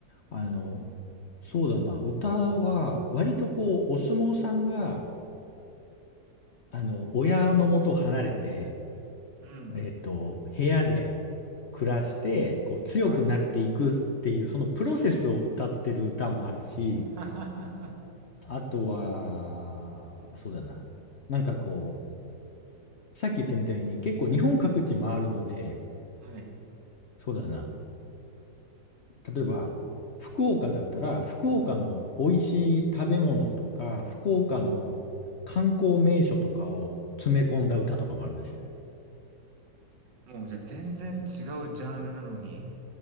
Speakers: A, on the left; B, on the right.
A: あの、
B: おお。
A: そうだな、歌は、割とこう、お相撲さんが、あの、親の元を離れて、
B: うん、
A: えっと、部屋で暮らして、こう、強くなっていくっていう、
B: はい。
A: そのプロセスを歌ってる歌もあるし、
B: <laughs>
A: あとは、そうだな、なんかこう、さっき言ったみたいに、結構日本各地回るので、
B: はい。
A: そうだな、例えば、福岡だったら、福岡の美味しい食べ物とか、福岡の観光名所とかを詰め込んだ歌とかもあるんですよ。
B: もうじゃ、全然違うジャンルなのに、